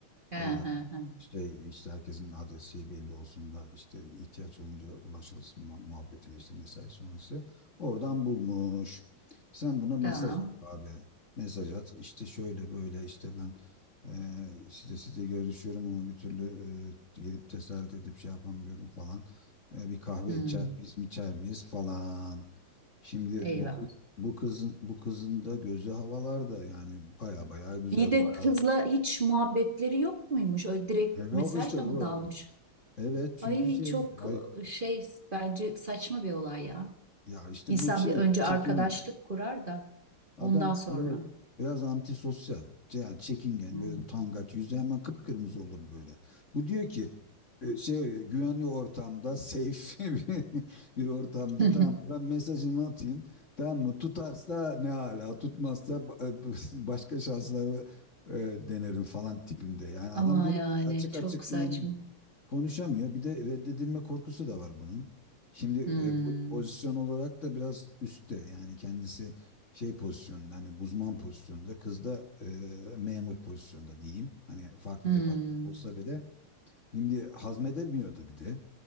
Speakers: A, on the right; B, on the left.
A: He,
B: Orada
A: he, he.
B: işte, işte herkesin adresi belli olsun da işte ihtiyaç olunca ulaşılsın muha- muhabbetine işte mesai sonrası. Oradan bulmuş. Sen buna mesaj
A: Tamam.
B: at abi. Mesaj at. İşte şöyle böyle işte ben e, size size görüşüyorum ama bir türlü e, gelip cesaret edip şey yapamıyorum falan. E, bir kahve
A: Hı.
B: içer miyiz, mi içer miyiz falan. Şimdi
A: Eyvah.
B: bu kız bu kızın bu kızın da gözü havalarda yani baya baya güzel
A: İyi de
B: baya.
A: kızla hiç muhabbetleri yok muymuş? Öyle direkt
B: E, Yok
A: mesajla
B: işte bu.
A: mı dalmış?
B: Evet çünkü
A: Ay
B: şey
A: çok
B: ay
A: e, şey bence saçma bir olay ya.
B: ya işte
A: İnsan
B: bu şey
A: bir önce
B: çekingen.
A: arkadaşlık kurar da
B: Adam
A: ondan sonra.
B: biraz biraz antisosyal. Yani çekingen
A: Hmm.
B: böyle utangaç yüzü hemen kıpkırmızı olur böyle. Bu diyor ki e, şey güvenli ortamda safe <laughs> bir bir ortamda
A: <laughs>
B: tamam ben mesajımı atayım tamam mı tutarsa ne hala tutmazsa ba- <laughs> başka şansları e, denerim falan tipinde. Yani adam
A: Ama
B: gelip
A: yani
B: açık
A: çok
B: açık
A: saçma.
B: yani konuşamıyor. Bir de reddedilme korkusu da var bunun. Şimdi e,
A: Hmm.
B: po- pozisyon olarak da biraz üstte yani kendisi şey pozisyonunda hani uzman pozisyonda kız da e, memur pozisyonda diyeyim. Hani farklı
A: Hmm.
B: departman olsa bile şimdi hazmedemiyordu bir de.